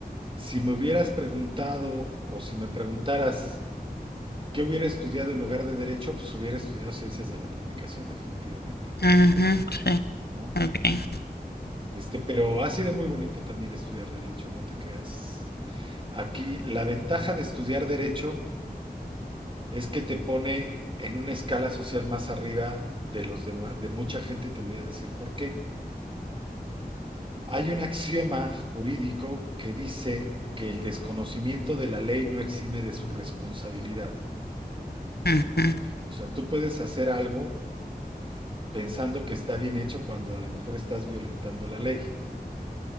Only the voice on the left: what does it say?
Ujú, sí,
muy bien.
Ujú.